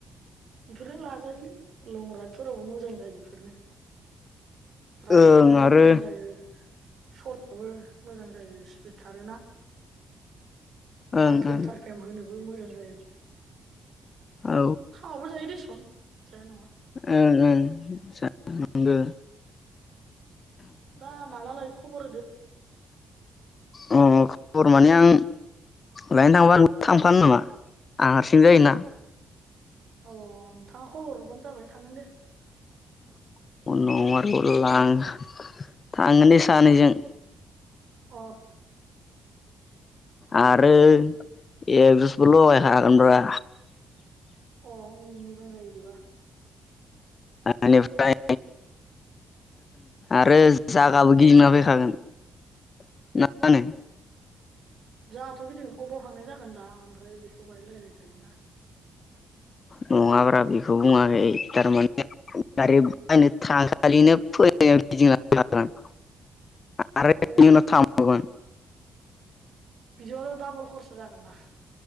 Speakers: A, on the right; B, on the left.
A: बेफोरनो लाजायोलै लं राइडफोरावबो मोजां जायो इफोरनो। राइडआव
B: ओं
A: थांनोबो
B: आरो
A: मोजां जायो। सल'बो मोजां जायो स्पिड खारोना।
B: ओं
A: आर पि
B: ओं
A: एम थार पि एम होनोबो मोजां जायो।
B: औ
A: थावबो जायो देसुन जाया नङा।
B: ओं ओं जानांगो।
A: दा माला लायो खबर होदो।
B: अ ख खबर माने आं लायनो थांबा थांफानो नामा? आं हारसिं जायोना।
A: अ नोंथाङा खबर हरबानो जाबाय थांगोन दे।
B: औ न आरो लां थांगोन दे सानैजों।
A: अ।
B: आरो एकजस बो लगाय हागोनब्रा।
A: अ उम मोजां जायो इदिबा।
B: बेनिफ्राय आरो जागाबो गिदिंना फैखागोन मा होनो?
A: जहाथ गिदि अबाव थांनाय जागोन दा ओमफ्राय बेखौ बाहाय राय्लाय जायोना।
B: नङाब्रा बेखौ बुङाखै थारमाने गारि बायनो थांखालिनो फैनाय गिदिंनाफैखागोन आरोे
A: अ
B: बेनि उनाव थांबावगोन
A: बिदिआवनो डाबल खरसा जागोनना।